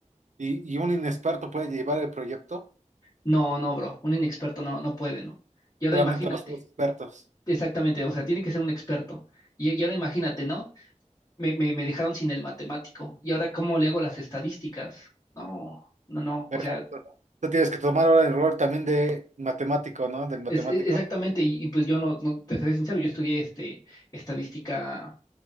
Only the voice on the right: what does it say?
Y, y un inexperto puede llevar el proyecto,
solamente
los tres expertos.
Perfecto.
Tú tienes que tomar ahora el rol también de matemático, ¿no? Del matemático.